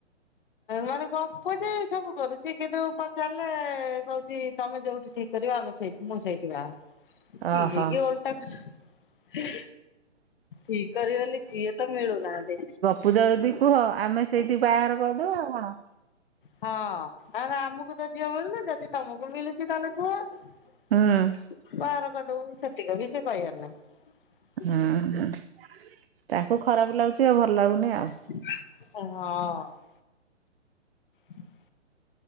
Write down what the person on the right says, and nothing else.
ଓହୋ।
ପୂଜା ଯଦି କୁହ ଆମେ ସେଇଠି ବାହାଗର କରିଦେବା ଆଉ କଣ।
ହୁଁ
ହୁଁ ହୁଁ ତାକୁ ଖରାପ ଲାଗୁଚି ଆଉ ଭଲ୍ ଲାଗୁନି ଆଉ।